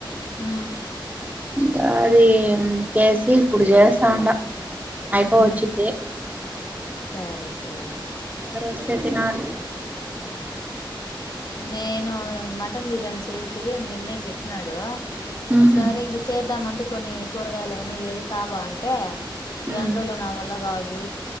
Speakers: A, on the left (about 50°); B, on the right (about 20°).
A: హ
B: ఇంకా అది చేసి ఇప్పుడు చేస్తాండ అయిపో
A: ఉహు
B: వచ్చింది
A: సరే సరే
B: అందరూ వస్తే ఏటినాలు
A: నేను మటన్ బిర్యానీ చేసి నిన్నే చెప్పినాడు
B: ఉహు
A: సరే ఇంక చేద్దామంటే కొన్ని కూరగాయలు ఇవన్నీ లేదు తపో అంటే ఈ
B: ఉమ్
A: ఎండోలో నా వల్ల కాదు